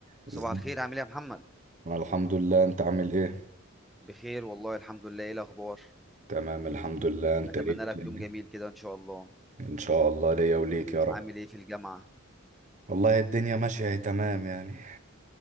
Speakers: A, in the centre; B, on the right.
A: صباح
B: ازاي؟
A: الخير عامل ايه يا محمد
B: الحمد لله انت عامل ايه
A: بخير والله الحمد لله ايه الاخبار
B: تمام الحمد لله انت
A: اتمنى
B: ايه الدنيا
A: لك يوم جميل كده ان شاء الله
B: ان شاء الله ليا وليك يا رب
A: عامل ايه في الجامعه
B: والله الدنيا ماشية هي تمام يعني